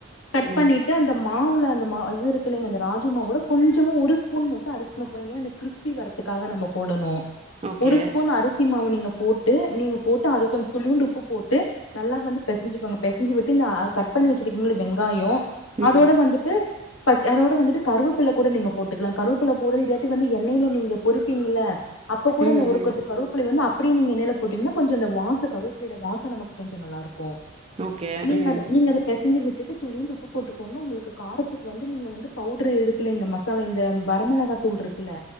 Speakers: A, on the left (about 85°); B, on the right (about 30°).
A: கட்
B: ம்.
A: பண்ணிட்டு அந்த மாவுல அந்த மா இது இருக்கிளைங்க அந்த ராகி மாவோட கொஞ்சமா ஒரு ஸ்பூன் மட்டும் அரிசி மாவு போட்டிக்கானா அந்த கிறிஸ்பி வரதுக்காக நம்ம போடணு
B: ஓகே.
A: ஒரு ஸ்பூன் அரிசி மாவு நீங் போட்டு நீங்க போட்டு அது கொஞ்சோ துளியுண்டு உப் போட்டு நல்லா வந்து பேசஞ்சுக்கோங்க பேசஞ்சு விட் இந்த கட் பண்ணி வச்சிருக்கீங்கள வெங்காயோ
B: ம்.
A: அதோட வந்துட்டு அதோட வந்துட்டு கருவப் கூட நீங்க போட்டுக்கலா கருவபுல போறது இல்லாட்டி வந் எண்ணெய்லா நீங்க பொரிப்பீங்கள அப்ப கூட
B: ம்,
A: இந்த ஒரு
B: ம்.
A: கொத்து கருவபில்லே வந்து அப்டி அப்படி நீங்க எண்ணெய்லா போட்டீங்கன்னா கொஞ்சம் வாசம் கருவாப்பலலை ஓட வாசம் நமக்கு கொஞ்சம் நல்லாருக்கும்
B: ஓகே.
A: நீங்க
B: ம்.
A: அத நீங்க அத பேசஞ்சு விட் துளியுண்டு உப்பு போட்டுக்கோங்க உங்களுக்கு காரத்துக்கு வந்து நீங்க வந்து பவுடர் இருக்கில்லைங்மா ல இந்த வர மேலாக தூள் இருக்குல்ல